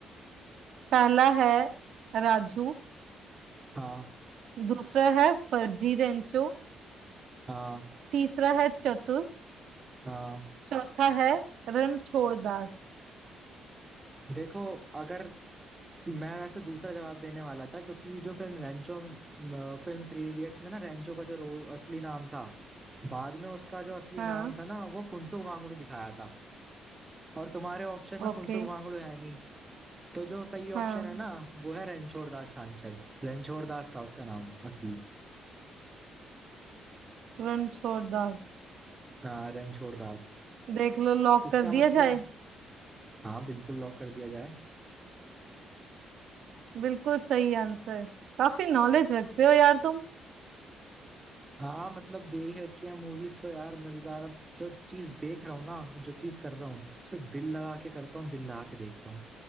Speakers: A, on the right; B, on the right.
A: पहला है राजू
B: हाँ
A: दूसरा है फर्जी रेंचो
B: हाँ
A: तीसरा है चतुर
B: हाँ
A: चौथा है रणछोड़ दास
B: देखो अगर मैं वैसे दूसरा जवाब देने वाला था क्योंकि जो film Rancho film three idiots में ना रेंचो का जो रोल असली नाम था बाद में उसका जो असली
A: हाँ
B: नाम था ना वो फुनसुक वांगडू दिखाया था और तुम्हारे ऑप्शन में
A: ओके
B: फुनसुक वांगडू है नहीं तो जो सही ऑप्शन
A: हाँ
B: है ना वो है रणछोड़ दास छांछड़ रणछोड़ दास था उसका नाम असली
A: रणछोड़ दास
B: हाँ रणछोड़ दास
A: देख लो लॉक
B: इसका
A: कर दिया
B: मतलब
A: जाए
B: हाँ बिल्कुल लॉक कर दिया जाए
A: बिल्कुल सही आंसर काफी नॉलेज रखते हो यार तुम
B: हाँ मतलब देख रखी है मूवीज तो यार मजेदार अब जो चीज देख रहा हूँ ना जो चीज कर रहा हूँ उसे दिल लगा के करता हूँ दिल लगा के देखता हूँ